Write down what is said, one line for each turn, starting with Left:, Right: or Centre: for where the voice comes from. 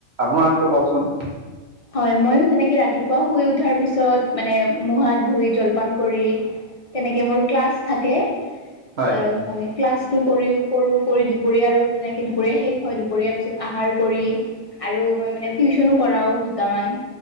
Right: আপোনাৰতো কওকচোন
Left: হয় মইও তেনেকে ৰাতিপুৱা শুই উঠাৰ পিছত মানে মু হাত ধুই জলপান কৰি তেনেকে মোৰ ক্লাছ থাকে
Right: হয়
Left: এ মানে ক্লাছটো কৰিও কৰোঁ কৰি দুপৰীয়া আৰু তেনেকে দুপৰীয়া শেষ হয় দুপৰীয়াৰ পিছত আহাৰ কৰি আৰু মই মানে টিউচনো কৰাও। দামমান।